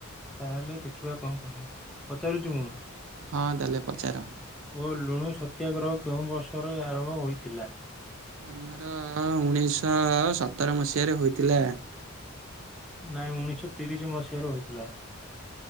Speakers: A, in the centre; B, on the right (about 60°).
A: ତାହେଲେ ଦେଖିବା କଣ କରିବା ପଚାରୁଛି ମୁଁ।
B: ହଁ ତା ହେଲେ ପଚାର।
A: ଓ ଲୁଣ ସତ୍ୟାଗ୍ରହ କେଉଁ ବର୍ଷରେ ଆରମ୍ଭ ହୋଇଥିଲା।
B: ଆମର ଉଣେଇଶହ ସତର ମସିହାରେ ହୋଇଥିଲା।
A: ନାଇଁ ଉଣେଇଶ ତିରିଶ ମସିହାରେ ହୋଇଥିଲା।